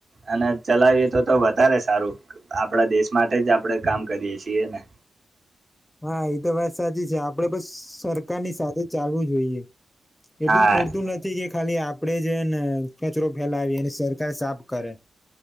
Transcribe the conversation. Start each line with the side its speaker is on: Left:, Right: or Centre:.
Right: અને ચલાવીએ તો તો વધારે સારું. આપડા દેશ માટે જ આપડે કામ કરીએ છીએ ને.
Left: હા એ તો વાત સાચી છે આપડે બસ સરકારની સાથે ચાલવું જોઈએ. એટલું
Right: હા
Left: પુરતું નથી કે ખાલી આપડે જે ને કચરો ફેલાવી એને સરકાર સાફ કરે.